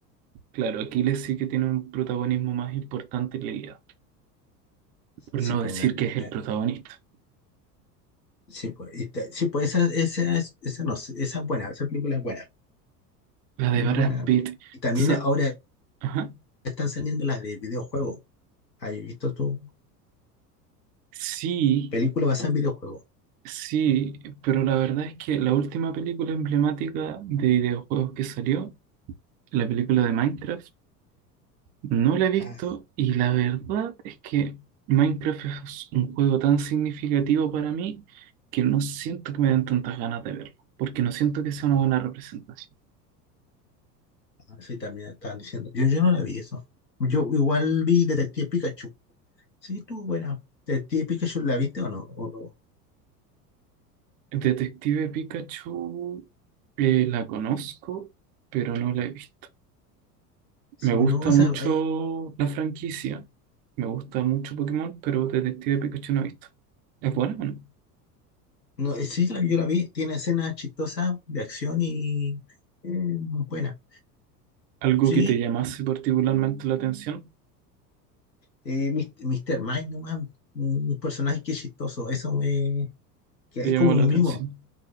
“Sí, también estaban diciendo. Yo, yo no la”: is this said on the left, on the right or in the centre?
Left